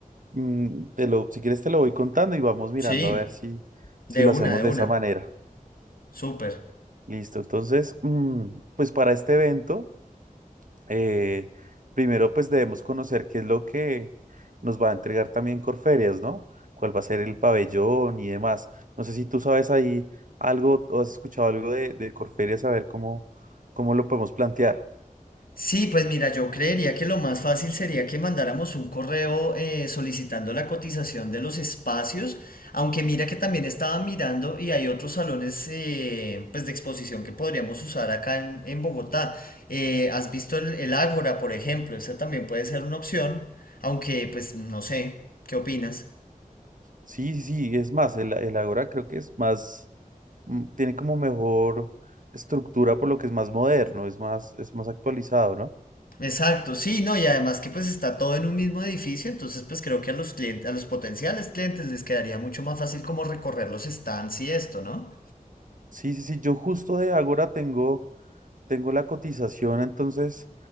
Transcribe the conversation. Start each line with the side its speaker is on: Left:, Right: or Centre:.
Right: Mm, te lo, si quieres te lo voy contando y vamos mirando
Left: Sí,
Right: a ver si,
Left: de
Right: si lo
Left: una,
Right: hacemos
Left: de
Right: de
Left: una.
Right: esa manera.
Left: Súper.
Right: Listo. Entonces, mm, pues para este evento. eh, primero pues debemos conocer qué es lo que nos va a entregar también Corferias, ¿no? ¿Cuál va a ser el pabellón y demás? No sé si tú sabes ahí algo o has escuchado algo de, de Corferias, a ver cómo, cómo lo podemos plantear.
Left: Sí, pues mira, yo creería que lo más fácil sería que mandáramos un correo eh, solicitando la cotización de los espacios, aunque mira que también estaba mirando y hay otros salones eh, pues de exposición que podríamos usar acá en, en Bogotá. Eh, ¿has visto el, el Ágora, por ejemplo? Esa también puede ser una opción, aunque pues no sé, ¿qué opinas?
Right: Sí, sí, sí, es más, el, el Ágora creo que es más, mm, tiene como mejor estructura por lo que es más moderno, es más, es más actualizado, ¿no?
Left: Exacto, sí, no, y además que pues está todo en un mismo edificio, entonces pues creo que a los clientes, a los potenciales clientes les quedaría mucho más fácil como recorrer los stands y esto, ¿no?
Right: Sí, sí, sí, yo justo de Ágora tengo Tengo la cotización, entonces